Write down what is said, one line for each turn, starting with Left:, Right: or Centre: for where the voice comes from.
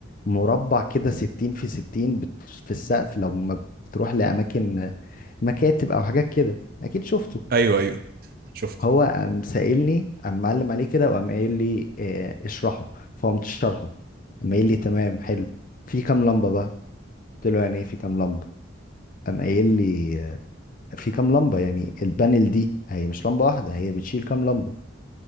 Left: مربع كده 60 في 60 بت... في السقف لما بتروح لأماكن مكاتب أو حاجات كده أكيد شفته
Right: ايوه ايوه شفت
Left: هو قام سائلني قام معلم عليه كده وقام قايل لي آه، اشرحه فقمت شرحه قام قايل لي تمام حلو في كام لمبة بقى قلت له يعني ايه في كام لمبة قام قايل لي آه، في كام لمبة يعني البانل دي هي مش لمبة واحدة هي بتشيل كام لمبة